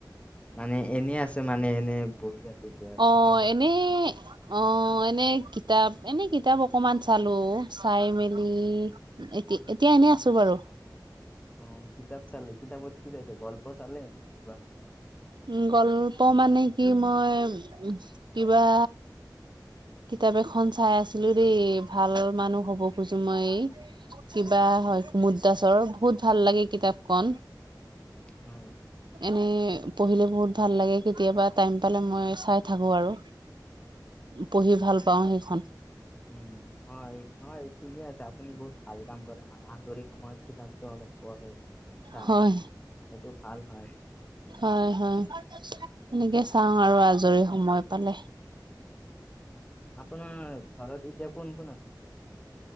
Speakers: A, on the left; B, on the right.
A: মানে এনে আছে এনে বহি <unintelligible>
B: অ'
A: চব হৈ
B: এনে
A: গ'ল কাম।
B: অ' এনে কিতাপ এনে কিতাপ অকমান চালো চাই মেলি এতি এতিয়া এনেই আছো বাৰু
A: অ' কিতাপ চালে কিতাপত কি চাইছে গল্প চালে <unintelligible>
B: উম, গল্প মানে কি মই কিবা কিতাপ এখন চাই আছিলো দেই ভাল মানুহ হব খুজো মই কিবা হয় কুমুদ দাসৰ বহুত ভাল লাগে কিতাপখন।
A: <unintelligible>
B: এনে পঢ়িলে বহুত ভাল লাগে কেতিয়াবা টাইম পালে মই চাই থাকো আৰু পঢ়ি ভাল পাওঁ সেই খন।
A: উম, হয়, হয়। ঠিকে আছে আপুনি বহুত ভাল কাম কৰে মানে যৰি সময়ত কিতাপটো অলপ পঢ়ে চাই
B: হয়
A: এইটো ভাল হয় এইটো
B: হয়, হয়। এনেকে চাওঁ আৰু আজৰি সময় পালে।
A: আপোনাৰ ঘৰত এতিয়া কোন কোন আছে?